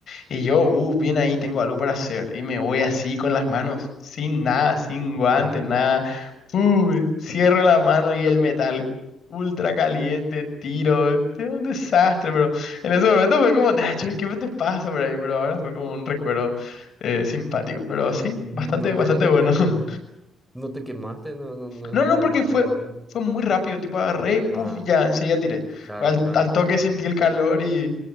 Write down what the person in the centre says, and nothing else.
No,
no,
pero no,
no,
no te quemaste, no, no, no,
no
no
agarraste
mal.
Ah,
claro,
claro.